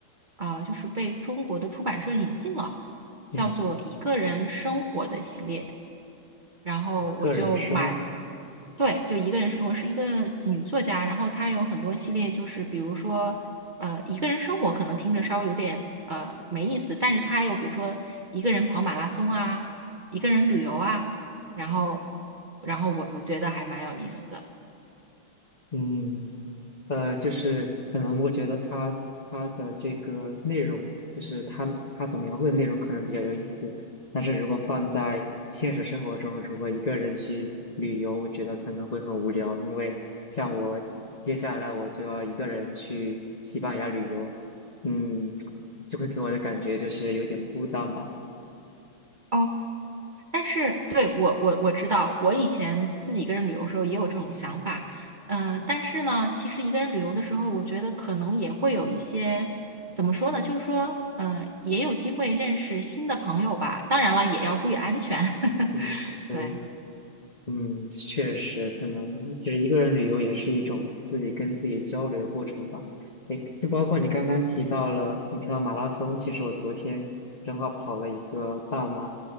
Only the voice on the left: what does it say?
嗯，
个人生活？
嗯。嗯呃，就是可能我觉得他他的这个内容，就是他他所描绘的内容可能比较有意思，但是如果放在现实生活中，如果一个人去旅游，我觉得可能会很无聊，因为像我接下来我就要一个人去西班牙旅游，嗯，就会给我的感觉就是有点孤单吧，
嗯。对，
嗯，确实，可能其实一个人旅游也是一种自己跟自己交流的过程吧。诶，就包括你刚刚提到了，你提到马拉松，其实我昨天正好跑了一个半马。